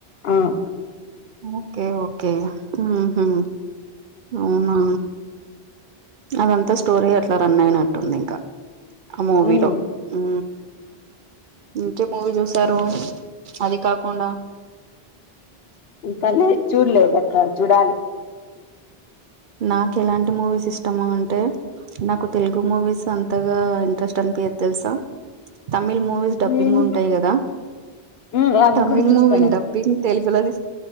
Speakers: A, on the left (about 75°); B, on the right (about 60°).
A: ఆ
B: ఓకే ఓకే ఉహు అవునా అదంతా స్టోరీ అట్లా రన్ అయినట్టుంది ఇంకా ఆ మూవీలో
A: ఉమ్
B: ఊ ఇంకే మూవీ చూసారు అది కాకుండా
A: ఇంకా లే చూడలేదక్క చూడాలి
B: నాకు ఎలాంటి మూవీస్ ఇష్టమా అంటే నాకు తెలుగు మూవీస్ అంతగా ఇంట్రెస్ట్ అనిపియదు తెల్సా తమిళ్ మూవీస్ డబ్బింగ్
A: ఉమ్
B: ఉంటాయి కదా
A: ఉమ్ అవి
B: తమిళ్
A: కూడా చూస్తా
B: మూవీని
A: నేను
B: డబ్బింగ్ తెలుగులో దిస్త్